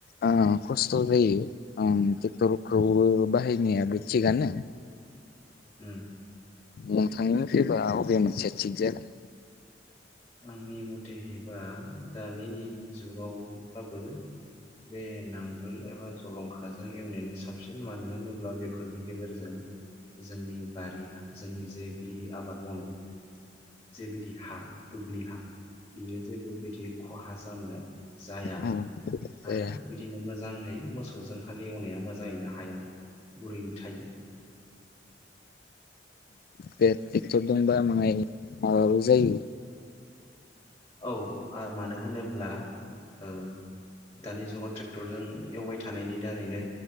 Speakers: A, on the left; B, on the left.
A: आ खस्थ जायो ओम ट्रेक्टरखौबो बाहायनायाबो थिगानो
B: उम
A: नोंथांनि मतेबा अबे मोनसेया थिग जागोन?
B: आंनि मथे हैबा दानि जुगावबाबो बे नांगोल एबा जलंखाजों एवनायानो साबसिन मानो होनोब्ला बेफोरनि गेजेरजों जोंनि बारि जोंनि जे बिदि आबाद मावनाय जेबायदि हा दुब्लि हा बियो जेबो बिदि खहा जानो जाया
A: औ दे
B: आरो बिदिनो मोजांङै मोसौजों हाल एवनाया मोजाङैनो हाया गुरै थायो
A: बे टेक्टरदोंबा माङाइ माबाबो जायो
B: औ ओ मानो होनोब्ला ओ दानि जुगाव ट्रेक्टरजों एवबाय थानायनि दारैनो